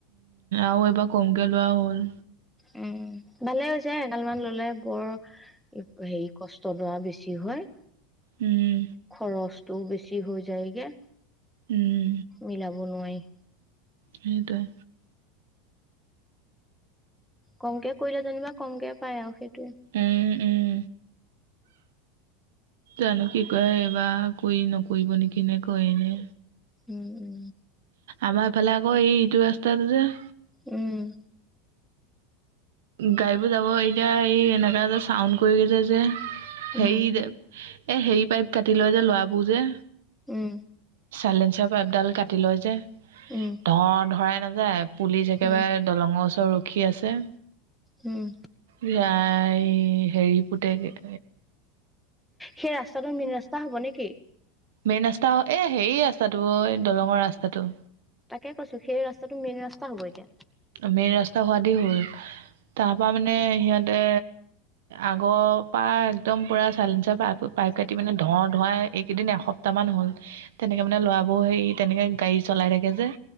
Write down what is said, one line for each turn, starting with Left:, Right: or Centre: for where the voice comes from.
Right: আও এইবাৰ কমকে লোৱাও হ'ল
Centre: উম ভালে হৈছে এগাল মান ললে বৰ হেৰি কষ্ট দৰা বেছি হয়।
Right: উম।
Centre: খৰচটো বেছি হৈ যায়গে,
Right: উম
Centre: মিলাব নোৱাৰি।
Right: সেইটোৱে।
Centre: কমকে কৰিলে যেনিবা কমকে পায় আও সেইটোৱে।
Right: উম উম। জানো কি কয় এইবাৰ কৰি নকৰিব নেকি নে কয়ে নে?
Centre: উম।
Right: আমাৰফালে আকৌ এই এইটো ৰাস্তাতো যে
Centre: উম।
Right: গাড়ীবোৰ যাব এতিয়া এই এনেকা এটা চাউণ্ড কৰি গৈছে যে হেৰি
Centre: উম
Right: যে এ হেৰি পাইপ কাটি লয় যে লৰাবোৰ যে।
Centre: উম।
Right: চাইলেঞ্চাৰ পাইপডাল কাটি লয় যে।
Centre: উম।
Right: ধ ধৰাই নাযায় পুলিচ একেবাৰে
Centre: উম উম
Right: দলং ওচৰত ৰখি আছে।
Centre: উম।
Right: এইয়া এই হেৰি পুতেকে
Centre: সেই ৰাস্তাটো মেইন ৰাস্তা হব নেকি?
Right: মেইন ৰাস্তা এ হেৰি ৰাস্তাটো অ এ দলঙৰ ৰাস্তাটো।
Centre: তাকে কৈছো সেই ৰাস্তাটো মেইন ৰাস্তা হ'ব এতিয়া।
Right: মেইন ৰাস্তা সোৱাদি হ'ল, তাৰপৰা মানে সিহঁতে আগৰ পৰা একদম পুৰা চাইলেঞ্চাৰ পাইপ পাইপ কাটিপিনে ধ ধৱাই এইকেইদিন এশ এসপ্তাহমান হ'ল তেনেকে মানে ল'ৰাবোৰ সেই তেনেকে গাড়ী চলাই থাকে যে।